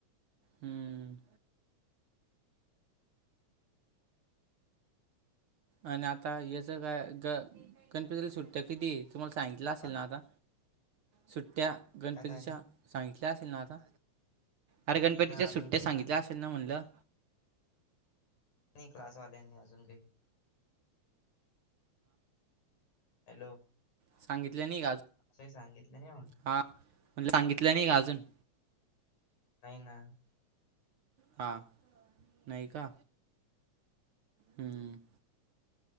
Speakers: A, on the right; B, on the left.
A: हम्म. आणि आता याच काय ग गणपतीला सुट्ट्या किती तुम्हाला सांगित. ला असेल
B: हां,
A: ना आता सुट्ट्या गणपतीच्या
B: काय, काय, काय?
A: सांगितल्या असेल ना आता. अरे गणपतीच्या
B: नाही ना अजून
A: सुट्ट्या
B: काही
A: सांगितल्या
B: सांग
A: असेल ना म्हटलं.
B: नाही क्लासवाल्यांनी अजून काही हॅलो,
A: सांगितले नि गाज
B: असंही सांगितलं नाही म्हटलं.
A: हा. म्हणज सांगितलं नाही का अजून.
B: नाही ना.
A: हा नाही का हम्म.